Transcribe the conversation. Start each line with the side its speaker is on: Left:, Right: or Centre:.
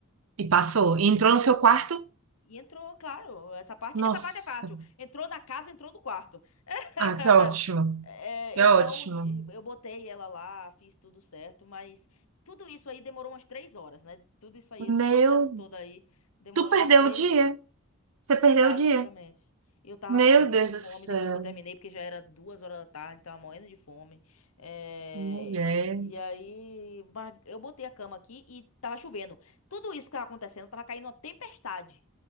Right: E passou. E entrou no
Left: E
Right: seu
Left: passo.
Right: quarto.
Left: E entrou, claro, essa parte,
Right: Nossa.
Left: essa parte é fácil. Entrou na casa, entrou no quarto. <laughs>
Right: Ah, que ótimo.
Left: É,
Right: Que ótimo.
Left: então eu botei ela lá, fiz tudo certo, mas tudo isso aí demorou umas três horas, né? Tudo isso aí,
Right: Meu,
Left: esse processo todo aí, demorou
Right: tu perdeu
Left: umas três
Right: o dia.
Left: horas,
Right: Você perdeu
Left: basicamente.
Right: o dia.
Left: Eu tava
Right: Meu
Left: morrendo
Right: Deus
Left: de fome
Right: do céu.
Left: depois que eu terminei, porque já era duas horas da tarde, tava morrendo de fome. É,
Right: Mulher.
Left: E aí, mas eu botei a cama aqui e tava chovendo. Tudo isso que tava acontecendo, tava caindo uma tempestade.